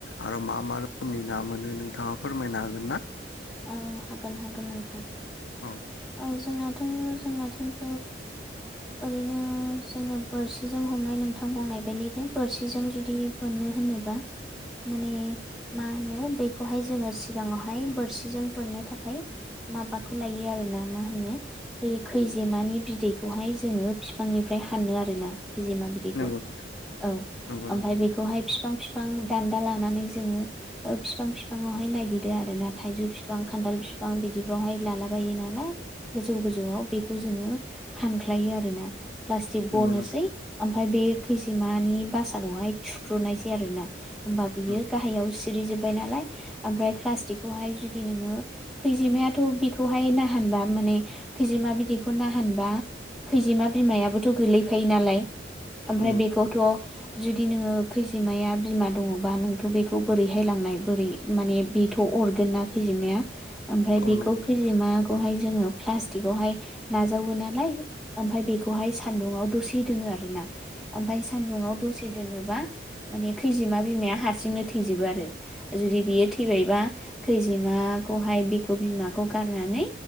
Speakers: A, on the left; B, in the centre.
A: आरो मा मा रोखोमनि ना मोनो नोंथाङा फोरमायनो हागोन ना
B: औ हागोन हागोन नोंथां।
A: औ।
B: औ जोंनाथ' जोंनाथिंथ' ओरैनो जोंनो बोरसिजों हमनाय नोंथां बुंनाय बायदिनो बोरसिजों जुदि बोनो होनोबा माने मा होनो बेखौहाय जोङो सिगांआवहाय बोरसि जों बोननो थाखाय माबाखौ लायो आरोना मा होनो बै खैजेमानि बिदैखौ बेवहाय जोङो बिफांनिफ्राय हानो आरोना। खैजेमा बिदैखौ
A: नंगौ नोंथां
B: औ
A: नंगौ नोंथां
B: ओमफाय बेखौहाय फिफस बिफां बिफां दान्दा लानानै जोङो ओ फिफां फिफांवहाय नायागिरो आरो ना थाइजौ फिफां बिफां खान्थाल बिफां बिदिफ्रावहाय लालाबायो नालाय गोजौ गोजौआव बेखौ जोङो हान ख्लायो आरोना। प्लास्टिक
A: नंगौ
B: बनोसै
A: नोंथां
B: ओमफाय बे खैजिमानि बासाखौहाय थुफ्रुनोसै आरो ना। होमबा बियो
A: उम
B: गाहायाव सिरि जोब्बाय नालाय ओमफ्राय प्लास्टिकखौहाय जुद दि नोङो खैजिमायाथ' बिखौहाय नाहानबा माने खैजिमा बिदैखौ नाहानबा खैजिमा बिमायाबोथ' गोलैफायो नालाय ओमफ्राय
A: उम
B: बेखौथ' जुदि नोङो खैजिमाया बिमा दङ'बा नोंथ' बेखौ बोरैहाय लांनाय बोरै माने बेथ' अरगोन ना खैजिमाया ओमफ्राय
A: औ
B: बेखौ
A: नंगौ
B: खैजिमाखौहाय
A: नोंथां
B: जोङो प्लास्टिकआवहाय नाजावो नालाय ओमफ्राय बेखौहाय सानदुुंआव दसे दोनो आरोना। ओमफाय सान्दुुंआव दसे दोनोब बा माने खैजिमा बिमाया हारसिंनो थैजोबो आरो जुदि बियो थैबायबा खैजिमाखौहाय बिखौ बिमाखौ गारनानै